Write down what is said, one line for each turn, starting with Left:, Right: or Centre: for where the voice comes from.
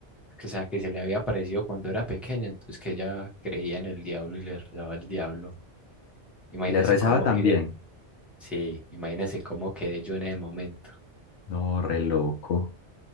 Centre: que, o sea, que se le había aparecido cuando era pequeña, entonces que ella creía en el diablo y le rezaba al diablo. Imagínese
Left: Le rezaba
Centre: cómo
Left: también.
Centre: que, sí, imagínese cómo quedé yo en ese momento.
Left: No, re loco.